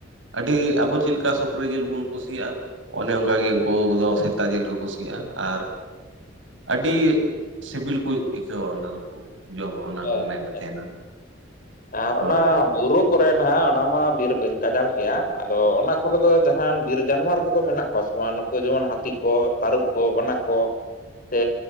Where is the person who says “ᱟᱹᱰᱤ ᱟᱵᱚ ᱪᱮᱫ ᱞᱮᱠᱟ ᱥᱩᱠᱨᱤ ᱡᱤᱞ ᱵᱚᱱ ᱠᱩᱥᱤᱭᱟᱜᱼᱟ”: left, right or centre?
Right